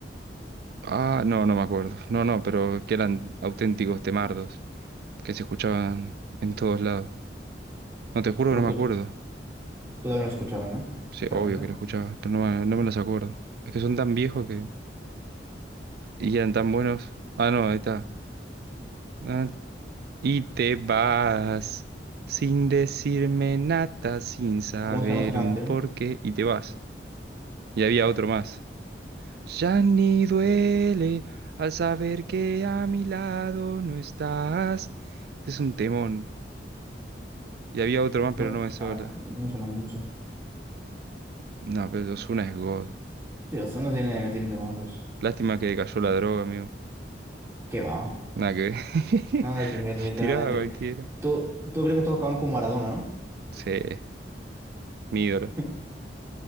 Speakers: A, on the right (about 60°); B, on the right (about 15°).
A: Ah, no, no me acuerdo. No, no, pero que eran auténticos temardos, que se escuchaban en todos lados. No, te juro
B: Tú,
A: que
B: lo
A: no
B: escuch-
A: me acuerdo.
B: tú también lo escuchabas, ¿no?
A: Sí,
B: Realmente.
A: obvio que lo escuchaba, pero no me, no me los acuerdo. Es que son tan viejos que... y eran tan buenos. Ah, no, ahí está. Ah, y te vas sin decirme nada, sin saber
B: ¿Cómo se llama esa canción?
A: un porqué, y te vas. Y había otro más. Ya ni duele al saber que a mi lado no estás. Este es un temón. Y había otro más,
B: No,
A: pero no me sobra.
B: ah, no me suena mucho.
A: No, pero Ozuna es God.
B: Sí, Ozuna tiene, tiene temazos.
A: Lástima que cayó la droga, amigo.
B: ¿Qué va?
A: Nada que ver.
B: Nada que
A: <laughs>
B: ver, literalmente.
A: Tiraba a cualquiera.
B: Tú, tú crees que todos acaban con Maradona, ¿no?
A: Sí, mi ídolo.
B: <laughs>